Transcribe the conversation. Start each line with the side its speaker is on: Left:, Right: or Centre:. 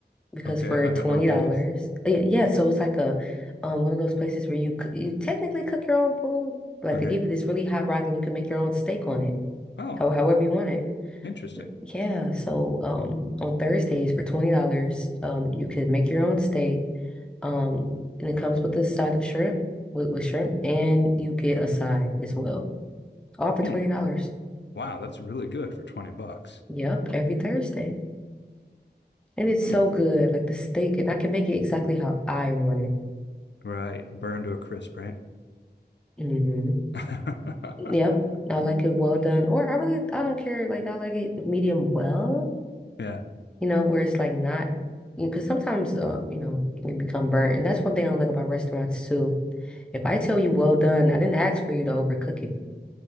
Centre: because
Left: Okay.
Centre: for
Left: I
Centre: $20,
Left: don't know what that is.
Centre: yeah, yeah, so it's like a um one of those places where you c- you technically cook your own food. Like
Left: Okay.
Centre: they give you this really hot rock and you can make your own steak on it,
Left: Oh,
Centre: how, however you want it.
Left: interesting.
Centre: Yeah, so um on Thursdays for $20, um you could make your own steak. Um and it comes with a side of shrimp with, with shrimp and you get a side as well. All for $20.
Left: Hmm. Wow, that's really good for 20 bucks.
Centre: Yep, every Thursday. And it's
Left: Hmm.
Centre: so good. Like the steak, and I can make it exactly how I want it.
Left: Right. Burned to a crisp, right?
Centre: hmm
Left: <laughs>
Centre: Yep, I like
Left: Mm.
Centre: it well done. Or I really, I don't care. Like I like it medium well,
Left: Yeah.
Centre: you know, where it's like not, you know, because sometimes, um, you know, it can become burnt, and that's one thing I like about restaurants too. If I tell you well done, I didn't ask for you to overcook it.